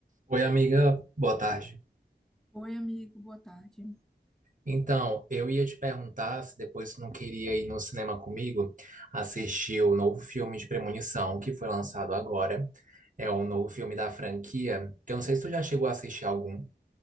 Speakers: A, on the right; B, in the centre.
A: Oi, amiga, boa tarde.
B: Oi, amigo, boa tarde.
A: Então, eu ia te perguntar se depois tu não queria ir no cinema comigo assistir o novo filme de Premonição que foi lançado agora. É o novo filme da franquia, que eu não sei se tu já chegou a assistir algum.